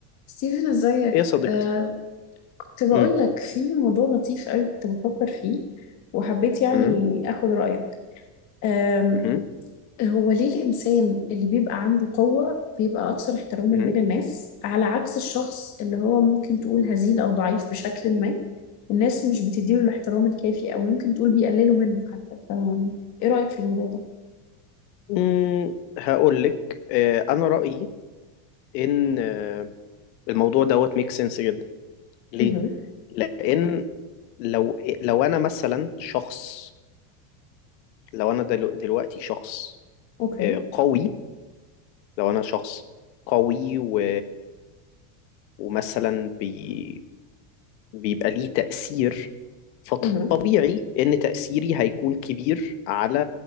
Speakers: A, on the left; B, on the left.
A: ستيفن ازيك
B: ايه يا صديقتي
A: آه، كنت بقول
B: مم.
A: لك في موضوع لطيف قوي كنت بفكر فيه وحبيت يعني
B: مم.
A: اخد رأيك آم،
B: مم.
A: هو ليه الإنسان اللي بيبقى عنده قوة بيبقى أكثر احتراما
B: مم.
A: بين الناس على عكس الشخص اللي هو ممكن تقول هزيل أو ضعيف بشكل ما الناس مش بتديله الاحترام الكافي أو ممكن تقول بيقللوا منه حتى ف إيه رأيك في الموضوع ده؟
B: مم. هقول لك آه، انا رأيي ان آه، الموضوع دوت ميك سنس جدا ليه
A: اها
B: لان لو لو انا مثلا شخص لو انا دلو- دلوقتي شخص
A: أوكي
B: آه، قوي لو انا شخص قوي و... ومثلا بي... بيبقى ليه تأثير فطبيعي
A: اها
B: ان تأثيري هيكون كبير على